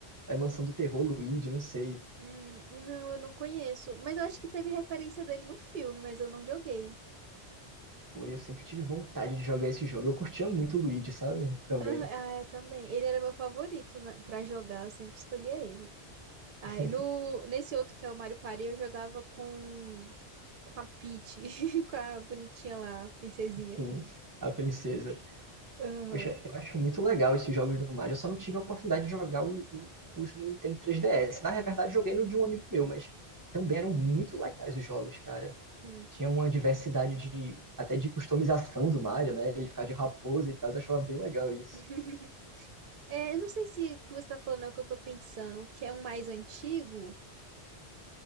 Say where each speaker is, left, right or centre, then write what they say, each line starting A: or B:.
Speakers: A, on the right (about 20°); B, on the right (about 60°).
A: É Mansão do Terror Luigi, não sei.
B: Hum, não, eu não conheço. Mas eu acho que teve referência dele no filme, mas eu não joguei.
A: Pô, Eu sempre tive vontade de jogar esse jogo. Eu curtia muito o Luigi, sabe? Também.
B: Ah, ah, eu também. Ele era meu favorito, né, pra jogar, eu sempre escolhia ele. Aí,
A: <laughs>
B: no, nesse outro que é o Mario Party, eu jogava com, com a Peach, <laughs> com a bonitinha lá, a princesinha.
A: Sim, a princesa.
B: Aham.
A: Poxa, eu acho muito legal esses jogos do Mario. Eu só não tive a oportunidade de jogar o- o- os no Nintendo 3DS. Na verdade, joguei no de um amigo meu, mas também eram muito legais os jogos, cara.
B: Uhum.
A: Tinha uma diversidade de até de customização do Mario, né? Ele ficava de raposa e tal, eu achava bem legal isso.
B: <laughs> É, eu não sei se o que você tá falando é o que eu tô pensando, que é um mais antigo.